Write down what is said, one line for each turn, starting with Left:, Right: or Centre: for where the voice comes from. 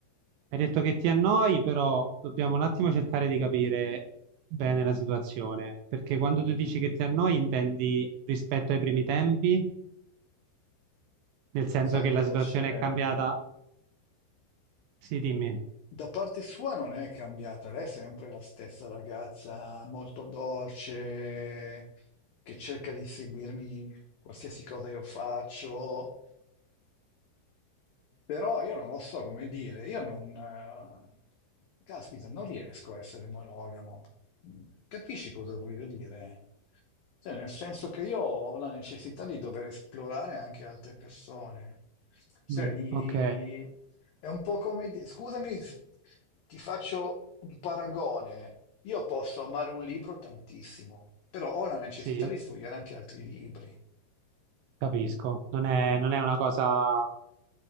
Right: Hai detto che ti annoi, però dobbiamo un attimo cercare di capire bene la situazione. Perché quando tu dici che ti annoi, intendi rispetto ai primi tempi, nel senso
Left: Sai
Right: che
Left: cosa
Right: la situazione
Left: c'è?
Right: è cambiata. Sì, dimmi.
Left: Da parte sua non è cambiata, lei è sempre la stessa ragazza, molto dolce, che cerca di seguirmi qualsiasi cosa io faccio. Però io non lo so come dire, io non... eh, caspita, non riesco a essere monogamo. Capisci cosa voglio dire? Cioè, nel senso che io ho la necessità di dover esplorare anche altre persone. Cioè,
Right: Mm,
Left: di-
Right: ok,
Left: è un po' come... di- Scusami, s- ti faccio un paragone. Io posso amare un libro tantissimo, però ho la necessità
Right: sì,
Left: di sfogliare anche altri libri.
Right: capisco. Non è, non è una cosa.